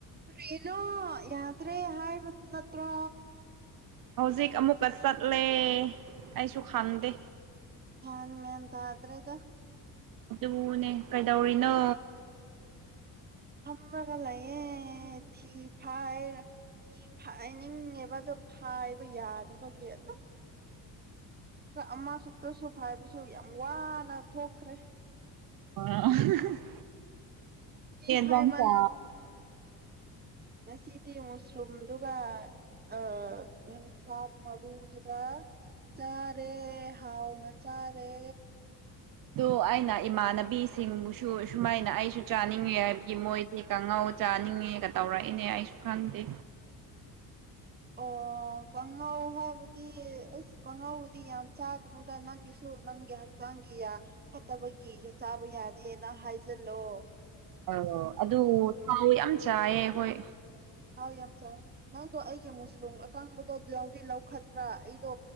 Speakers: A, on the right (about 25°); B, on the right (about 60°).
A: ꯀꯔꯤꯅꯣ ꯌꯥꯗ꯭ꯔꯦ ꯍꯥꯏꯕꯗꯨ ꯅꯠꯇ꯭ꯔꯣ
B: ꯍꯧꯖꯤꯛ ꯑꯃꯨꯛꯀ ꯆꯠꯂꯦ ꯑꯩꯁꯨ ꯈꯪꯗꯦ
A: ꯍ ꯃ ꯇ ꯑꯗꯨ꯭ꯔꯦꯒ
B: ꯑꯗꯨꯅꯦ ꯀꯩꯗꯧꯔꯤꯅꯣ
A: ꯐ꯭ꯔꯒꯂꯌꯦ ꯊꯤ ꯐꯥꯏ ꯐꯤ ꯍꯥꯏꯅꯤꯡꯉꯦꯕ ꯑꯗꯣ ꯐꯥꯏꯕ ꯌꯥꯗꯕꯒꯤ ꯑꯗꯨꯝ ꯑꯃꯈꯛꯇꯁꯨ ꯐꯥꯏꯕꯁꯨ ꯌꯥꯝ ꯋꯥꯅ ꯊꯣꯛꯈ꯭ꯔꯦ
B: ꯑ
A: ꯊꯤ ꯐꯥꯏꯃꯟ
B: ꯀꯝꯁ꯭ꯔꯣ
A: ꯉꯁꯤꯗꯤ ꯃꯨꯁꯂꯨꯝꯗꯨꯒ ꯑ ꯏ ꯁꯥꯐ ꯃꯗꯒ ꯆꯥꯔꯦ ꯍꯥꯎꯅ ꯆꯥꯔꯦ
B: ꯑꯗꯨꯣ ꯑꯩꯅ ꯏꯃꯥꯟꯅꯕꯤꯁꯤꯡꯕꯨꯁꯨ ꯁꯨꯃꯥꯏꯅ ꯑꯩꯁꯨ ꯆꯥꯅꯤꯡꯏꯤ ꯍꯥꯏꯕꯒꯤ ꯃꯣꯏꯗꯤ ꯀꯪꯍꯧ ꯆꯥꯅꯤꯡꯉꯦꯒ ꯇꯧꯔꯛꯏꯅꯦ ꯑꯩꯁꯨ ꯈꯪꯗꯦ
A: ꯑꯣ ꯀꯥꯡꯉꯧ ꯍꯥꯏꯕꯗꯤ ꯑꯁ ꯀꯥꯡꯉꯧꯕꯨꯗꯤ ꯌꯥꯝ ꯆꯥꯒꯅꯨꯗ ꯅꯪꯒꯤꯁꯨ ꯅꯪꯒꯤ ꯍꯛꯆꯥꯡꯒꯤ ꯐꯠꯇꯕꯒꯤ ꯆꯥꯕ ꯌꯥꯗꯦꯅ ꯍꯥꯏꯖꯜꯂꯣ
B: ꯑ ꯑꯗꯨ ꯊꯥꯎ ꯌꯥꯝ ꯆꯥꯏꯌꯦ ꯍꯣꯏ
A: ꯑꯥꯎ ꯌꯥꯝ ꯆꯉꯦ ꯅꯪꯗꯣ ꯑꯩꯒꯤ ꯃꯨꯁꯔꯨꯝ ꯑꯀꯪꯕꯗꯣ ꯂꯧꯗꯤ ꯂꯧꯈꯠꯇ꯭ꯔꯥ ꯑꯩꯗꯣ